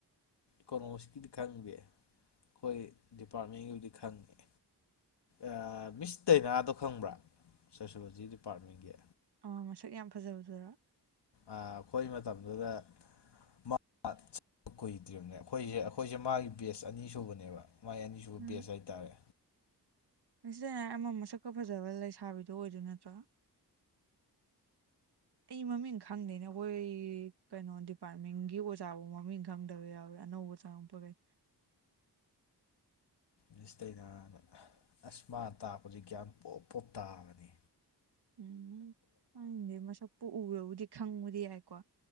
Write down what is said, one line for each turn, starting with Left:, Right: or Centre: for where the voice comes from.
Left: ꯀꯣꯅꯣꯁꯀꯤꯗꯤ ꯈꯪꯗꯦ ꯍꯣꯏ ꯗꯤꯄꯥꯔꯠꯃꯦꯟꯒꯤꯕꯨꯗꯤ ꯈꯪꯉꯦ ꯑꯥ ꯃꯤꯁ ꯗꯩꯩꯅꯥꯗꯣ ꯈꯪꯕ꯭ꯔꯥ ꯁꯣꯁꯤꯂꯣꯖꯤ ꯗꯤꯄꯥꯔꯠꯃꯦꯟꯒꯤ
Right: ꯑ ꯃꯁꯛ ꯌꯥꯝ ꯐꯖꯕꯗꯨꯔꯣ
Left: ꯑ ꯑꯈꯣꯏ ꯃꯇꯝꯗꯨꯗ ꯃꯥ ꯆꯪꯉꯛꯄꯥ ꯀꯨꯏꯗ꯭ꯔꯤꯝꯅꯦ ꯑꯈꯣꯏꯖꯦ ꯑꯈꯣꯏꯖꯦ ꯃꯥꯒꯤ ꯕꯦꯁ ꯑꯅꯤ ꯁꯨꯕꯅꯦꯕ ꯃꯥꯏ ꯑꯅꯤꯁꯨꯕ
Right: ꯎꯝ
Left: ꯕꯦꯁ ꯍꯥꯏꯇꯥꯔꯦ
Right: ꯃꯤꯁ ꯗꯥꯢꯅꯥ ꯑꯃ ꯃꯁꯛꯀ ꯐꯖꯕ ꯂꯩꯁꯥꯕꯤꯗꯣ ꯑꯣꯏꯗꯣꯏ ꯅꯠꯇ꯭ꯔꯣ ꯑꯩ ꯃꯃꯤꯡ ꯈꯪꯗꯦꯅꯦ ꯑꯈꯣꯏ ꯀꯩꯅꯣ ꯗꯤꯄꯥꯔꯠꯃꯦꯟꯒꯤ ꯑꯣꯖꯥꯕꯧ ꯃꯃꯤꯡ ꯈꯪꯗꯕ ꯌꯥꯎꯋꯦ ꯑꯅꯧꯕ ꯆꯪꯉꯛꯄꯒꯩ
Left: ꯃꯤꯁ ꯗꯥꯏꯅꯅꯥ ꯑꯁ ꯃꯥ ꯇꯥꯛꯄꯖꯦ ꯒ꯭ꯌꯥꯟ ꯄꯣꯞ ꯄꯣꯞ ꯇꯥꯕꯅꯤ
Right: ꯎꯝ ꯍꯝ ꯈꯪꯗꯦ ꯃꯁꯛꯄꯨ ꯎꯔꯕꯨꯗꯤ ꯈꯪꯕꯗꯤ ꯌꯥꯏꯀꯣ